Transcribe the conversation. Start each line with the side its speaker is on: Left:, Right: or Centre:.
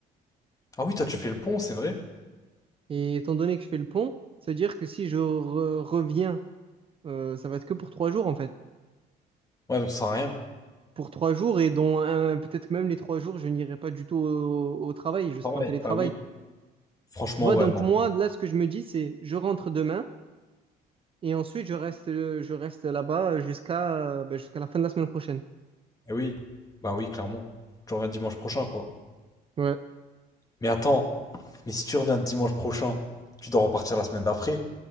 Left: Ah oui, toi, tu fais le pont, c'est vrai?
Right: Et étant donné que je fais le pont, ça veut dire que si je re- reviens, euh, ça va être que pour trois jours en fait.
Left: Ouais, donc ça sert à rien.
Right: Pour trois jours et dont un- peut-être même les trois jours, je n'irai pas du tout au, au travail, je serai
Left: Ah ouais,
Right: en télétravail.
Left: bah oui. Franchement,
Right: Tu vois,
Left: ouais,
Right: donc
Left: non.
Right: moi, là, ce que je me dis, c'est je rentre demain et ensuite je reste, euh, je reste là-bas jusqu'à euh, ben, jusqu'à la fin de la semaine prochaine.
Left: Et oui. Bah oui, clairement. Tu reviens dimanche prochain, quoi.
Right: Ouais.
Left: Mais attends. Mais si tu reviens dimanche prochain, tu dois repartir la semaine d'après.